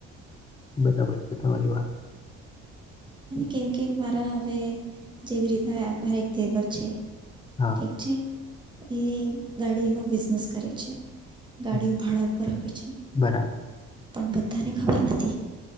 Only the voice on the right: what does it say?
કેમ કે મારા હવે જેવી રીતના મારાં એક દેવર છે
ઠીક છે એ ગાડી નો બિઝનેસ કરે છે ગાડીઓ
ભાડા ઉપર આપે છે
પણ બધાને ખબર નથી